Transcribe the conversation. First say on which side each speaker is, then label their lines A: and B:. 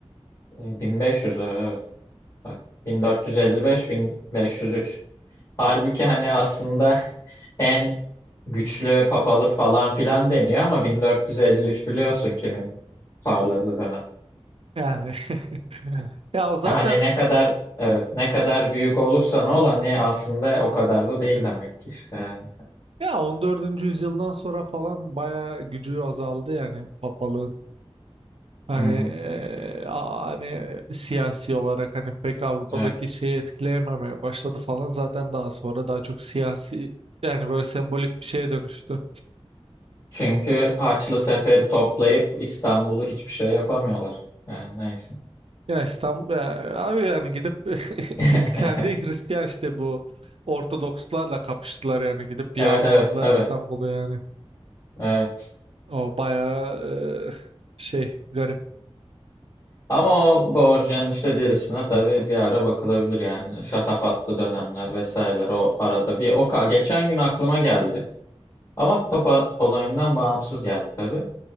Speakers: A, on the left; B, on the right.
A: Ee, 1500 evet. Bak 1455 1503. Halbuki hani aslında <laughs> en güçlü papalık falan filan deniyor ama 1453 biliyorsun kimin parladığı dönem.
B: Yani <laughs> ya o zaten
A: Ya hani ne kadar evet, ne kadar büyük olursa ne ol hani aslında o kadar da değil demek ki işte yani.
B: ya 14. yüzyıldan sonra falan bayağı gücü azaldı yani papalığın. Hani
A: Hı hı,
B: e, a- hani siyasi olarak hani pek Avrupa'daki
A: evet.
B: şeyi etkileyememeye başladı falan zaten daha sonra daha çok siyasi yani böyle sembolik bir şeye dönüştü.
A: Çünkü Haçlı Sefer'i toplayıp İstanbul'u hiçbir şey yapamıyorlar. Yani neyse.
B: Ya İstanbul ya abi yani gidip <laughs>
A: <laughs>
B: kendi Hristiyan işte bu Ortodokslarla kapıştılar yani gidip
A: Evet
B: yağmaladılar
A: evet tabii.
B: İstanbul'u yani.
A: Evet.
B: O bayağı e, şey garip.
A: Ama o Borgen işte dizisine tabii bir ara bakılabilir yani. Şatafatlı dönemler vesaireler o arada bir. O ka- geçen gün aklıma geldi. Ama Papa olayından bağımsız geldi tabii.